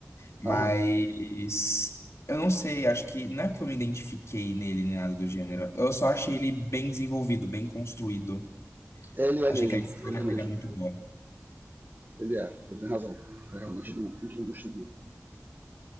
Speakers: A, on the left; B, on the right.
A: Mas
B: Aham.
A: eu não sei, acho que não é que eu me identifiquei nele nem nada do gênero. Eu só achei ele bem desenvolvido, bem construído.
B: Ele é
A: Achei
B: mesmo,
A: que a história
B: ele é mesmo.
A: dele é muito boa.
B: Ele é, ele tem razão. É realmente muito, bom, muito bom